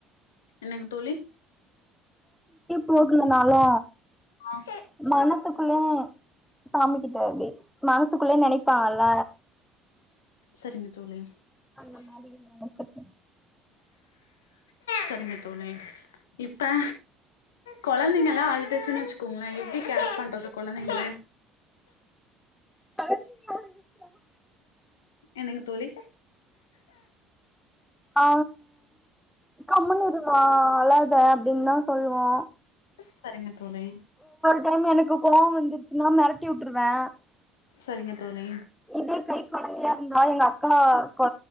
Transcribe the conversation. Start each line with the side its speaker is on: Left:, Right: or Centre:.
Left: என்னங்க தோழி
Centre: போகலனாளு
Left: ஆ
Centre: மனசுக்குள்ள சாமி கிட்ட அப்டியே மனசுக்குள்ளயே நெனைப்பாங்கல்ல
Left: செரிங்க தோழி
Centre: அந்த மாரி நெனைச்ப்
Left: செரிங்க தோழி இப்ப கொழந்தைங்கல அழுதுச்சுனு வச்சுக்கோங்களே எப்டி கேர் பண்றது கொழந்தைங்ள
Centre: <unintelligible>
Left: என்னங்க தோழி
Centre: ஆ கம்முனு இருமா அழாத அப்டின்னுதா சொல்லுவோ
Left: செரிங்க தோழி
Centre: மேம் எனக்கு கோவோ வந்துச்சுன்னா மிரட்டி விட்டுருவே
Left: செரிங்க தோழி
Centre: இதே கை கொழந்தையா இருந்தா எங்க அக்கா கொ